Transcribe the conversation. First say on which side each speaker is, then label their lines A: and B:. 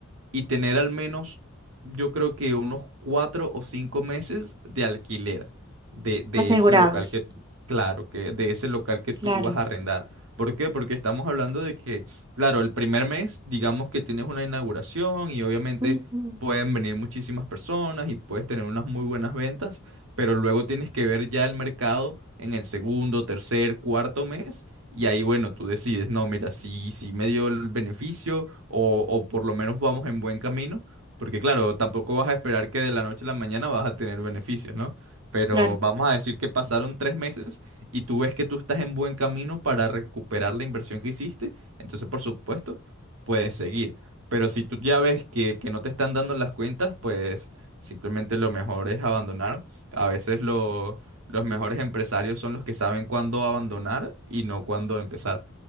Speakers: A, on the right; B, on the right.
A: y tener al menos, yo creo que unos cuatro o cinco meses de alquiler de, de
B: asegurados,
A: ese local que, claro, que de ese local que tú
B: claro,
A: vas a arrendar. ¿Por qué? Porque estamos hablando de que, claro, el primer mes, digamos que tienes una inauguración y obviamente
B: ujú,
A: pueden venir muchísimas personas y puedes tener unas muy buenas ventas, pero luego tienes que ver ya el mercado en el segundo, tercer, cuarto mes y ahí, bueno, tú decides, no, mira, si, si me dio el beneficio o, o por lo menos vamos en buen camino, porque claro, tampoco vas a esperar que de la noche a la mañana vas a tener beneficios, ¿no? Pero
B: claro.
A: vamos a decir que pasaron tres meses y tú ves que tú estás en buen camino para recuperar la inversión que hiciste, entonces por supuesto puedes seguir. Pero si tú ya ves que, que no te están dando las cuentas, pues simplemente lo mejor es abandonar. A veces lo los mejores empresarios son los que saben cuándo abandonar y no cuándo empezar.